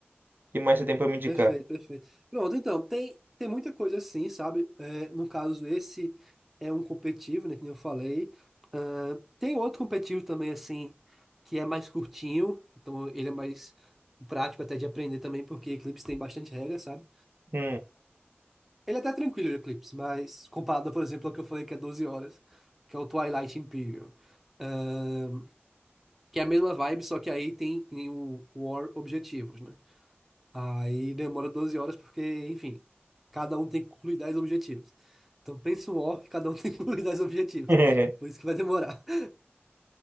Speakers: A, on the right (about 55°); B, in the centre.
A: que mais você tem pra me indicar?
B: Perfeito, perfeito. Pronto, então, tem, tem muita coisa assim, sabe? É, no caso, esse é um competitivo, né? Que nem eu falei. Tem outro competitivo também, assim, que é mais curtinho, então ele é mais prático até de aprender também, porque Eclipse tem bastante regra, sabe?
A: Hum.
B: Ele é até tranquilo, o Eclipse, mas comparado, por exemplo, ao que eu falei que é 12 horas, que é o Twilight Imperium. Ahn, que é a mesma vibe, só que aí tem, tem o War Objetivos, né? Aí demora 12 horas porque, enfim, cada um tem que concluir 10 objetivos. Então pensa um War que cada um <laughs> tem que concluir 10 objetivos.
A: <laughs>
B: Por isso que vai demorar. <laughs>